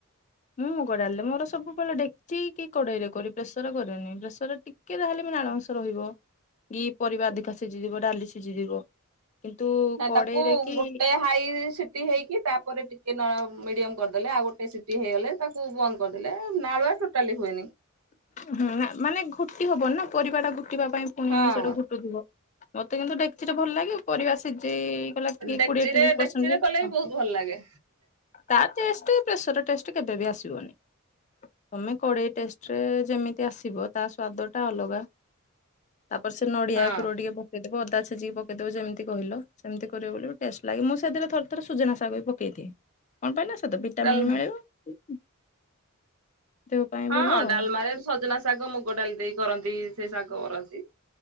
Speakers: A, on the left; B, on the right.
A: ମୁଁ ମୁଗ ଡ଼ାଲି ରେ ମୋର ସବୁବେଳେ ଡେକଚି କି କଡ଼େଇ ରେ କରେ। ପ୍ରେସର କରେନି ପ୍ରେସରରେ ଟିକେ ଯାହେଲେ ବି ନାଳ ଅଂଶ ରହିବ କି ପରିବା ଅଧିକା ସିଝି ଯିବ ଡ଼ାଲି ସିଝି ଯିବ। କିନ୍ତୁ
B: ନାଇଁ
A: କଡ଼େଇ
B: ତାକୁ
A: ରେ କି
B: ଗୋଟେ ହାଇ ସିଟି ହେଇକି ତାପରେ ଟିକେ ନ ମିଡ଼ିୟମ କରିଦେଲେ ଆଉ ଗୋଟେ ସିଟି ହେଇଗଲେ ତାକୁ ବନ୍ଦ କରିଦେଲେ ନାଳୁଆ ଟୋଟାଲି ହୁଏନି।
A: ହୁଁ ନା ମାନେ ଘୁଟି ହବନି ନା ପରିବା ଟା ଘୁଟିବା ପାଇଁ ପୁଣି
B: ହଁ
A: ସେଠୁ ଘୁଟୁଥିବ। ମୋତେ କିନ୍ତୁ ଡେକଚିରେ ଭଲ ଲାଗେ। ପରିବା ସିଝେଇ ଗଲା କିଏ
B: ଡେକ୍ଚିରେ
A: କୋଡ଼ିଏ ତିରିଶ୍
B: ଡେକ୍ଚିରେ
A: ପରସେଣ୍ଟରେ
B: କଲେ ବି
A: ଆଉ।
B: ବହୁତ ଭଲ ଲାଗେ।
A: ତା ଟେଷ୍ଟ ପ୍ରେସରରେ ଟେଷ୍ଟ କେବେ ବି ଆସିବନି। ତମେ କଡ଼େଇ ଟେଷ୍ଟରେ ଯେମିତି ଆସିବ ତା ସ୍ଵାଦ ଟା ଅଲଗା, ତାପରେ ସେ ନଡ଼ିଆ
B: ହଁ
A: କୁର ଟିକେ ପକେ ଇ ଦେବ ଅଦା ଛେିଚିକି ପକେଇବ ଯେମିତି କହିଲ ସେମିତି କରିବ ବୋଲି ବି ଟେଷ୍ଟ ଲାଗେଁ, ମୁଁ ସେଦିରେ ଥରେ ଥରେ ସୁଜନା ଶାଗ ବି ପ କେଇ ଦିଏ, କଣ ପାଇଁନା ସେଥୁ ଭିଟାମିନ୍
B: ଡାଲମା
A: ମିଳିବ। ଦେହ ପାଇଁ
B: ହଁ
A: ଭଲ ଆଉ।
B: ଡାଲମାରେ ସଜନା ଶାଗ ମୁଗ ଡ଼ାଲି ଦେଇ କରନ୍ତି ସେଇ ଶାଗ କରନ୍ତି